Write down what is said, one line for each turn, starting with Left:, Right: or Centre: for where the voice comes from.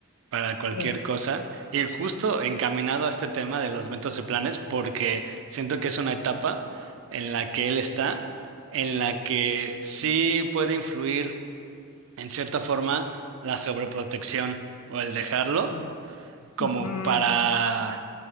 Right: para cualquier
Left: sí,
Right: cosa. Y justo encaminado a este tema de los metas y planes, porque siento que es una etapa en la que él está, en la que sí puede influir en cierta forma la sobreprotección o el dejarlo
Left: mm,
Right: como
Left: ujú,
Right: para...